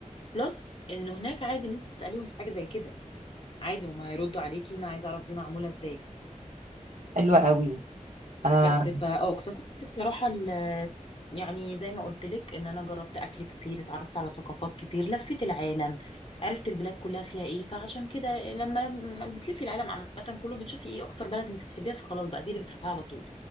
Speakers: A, on the left; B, on the right.
A: بلس انه هناك عادي ان انت تسأليهم في حاجة زي كده عادي هما هيردوا عليكي انا عايزة اعرف دي معمولة ازاي
B: حلوه قوي انا
A: بس فا اه اكتسبت بصراحة ال- يعني زي ما قلت لك ان انا جربت اكل كتير اتعرفت على ثقافات كتير لفيت العالم عرفت البلاد كلها فيها ايه فعشان كده لما لما بتلفي العالم عامة كله بتشوفي ايه اكتر بلد انت بتحبيها فخلاص بقى دي اللي بتروحيها على طول